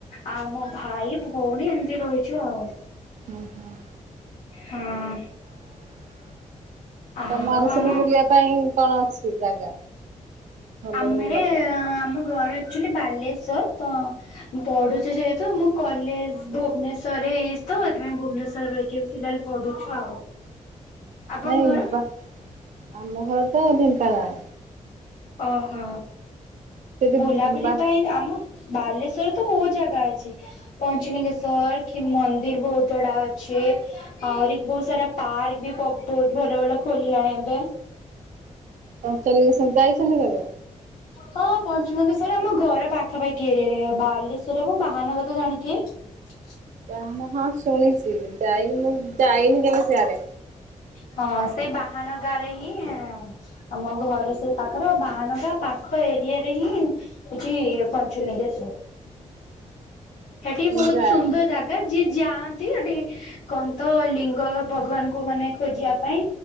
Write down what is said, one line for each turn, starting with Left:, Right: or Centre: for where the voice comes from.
Left: ଆ ଆଉ ମୋ ଭାଇ ଭୋଉଣୀ ଏମତି ରହିଚୁ ଆଉ।
Right: ହୁଁ ହୁଁ
Left: ହଁ। ଆଉ
Right: ତମଆଡେ
Left: ଆମ
Right: ସବୁ ବୁଲିବା ପାଇଁ କଣ ଅଛି ଜାଗା। ଭଲ
Left: ଆମର
Right: ଭଲ ଜାଗା
Left: ଆମ ଘର ଆକଚୋଲି ବାଲେ ଶ୍ୱର ତ ମୁଁ ପଢୁଚି ଯେହେତୁ ମୋ କଲେଜ ଭୁବନେଶ୍ଵରରେ ହେଇଯାଇଚି ତ ସେଥିପାଇଁ ଭୁବନେ ନେଶ୍ୱରରେ ରହିକି ଫିଲାହାଲ୍ ପଢୁଚୁ ଆଉ। ଆପଣଙ୍କ
Right: ନାଇଁ
Left: ଘର
Right: ବା ଆମ ଘର ତ ଢେଙ୍କାନାଳ।
Left: ଓହୋ
Right: ସେଠି
Left: ବୁଲାବୁଲି
Right: ବା
Left: ପାଇଁ ଆମ ବାଲେଶ୍ଵରରେ ତ ବୋହୁତ ଜାଗା ଅଛି ପଞ୍ଚଲିଙ୍ଗେଶ୍ଵର ଖିମ ମନ୍ଦିର ବୋହୁତଗୁଡା ଅଛି। ଆହୁରି ବୋହୁତ ସାରା ପାର୍କ ବି ପ-ବୋହୁତ ଭଲ ଭଲ ଖୋଲିଲାଣି ଏବେ। <inaudible> <inaudible>
Right: ପଞ୍ଚଲିଙ୍ଗେଶ୍ଵର ଯାଇଛନ୍ତି କେବେ?
Left: ହଁ ପଞ୍ଚଲିଙ୍ଗେଶ୍ୱର ଆମ ଘର ପାଖାପାଖି ଏରିଆରେ ବାଲେଶ୍ଵର ଏବଂ ବାହାନଗା ତ ଜାଣିଥିବେ? ହ <inaudible>
Right: ବାହାନ ହଁ ଶୁଣିଚି ଯାଇନି ମୁଁ ଯାଇନି କେବେ ସିଆଡେ।
Left: ହ <inaudible> ହଁ ସେଇ ବାହାନଗାରେ ହିଁ ଆମ ଘର ସେଇ ପାଖରେ ଆଉ ବାହାନଗା ପାଖ ଏ ଏରିଆରେ ହିଁ ହୋଉଚି ପଞ୍ଚଲିଙ୍ଗେଶ୍ଵର। ସେଠି
Right: ମୁଁ
Left: ବୋହୁତ
Right: ଯାଏ।
Left: ସୁନ୍ଦର ଜାଗା ଯିଏ ଯାଆନ୍ ନ୍ତି ହେଠି କଣ ତ ଲିଙ୍ଗ ଭଗବାନଙ୍କୁ ମାନେ ଖୋଜିବା ପାଇଁ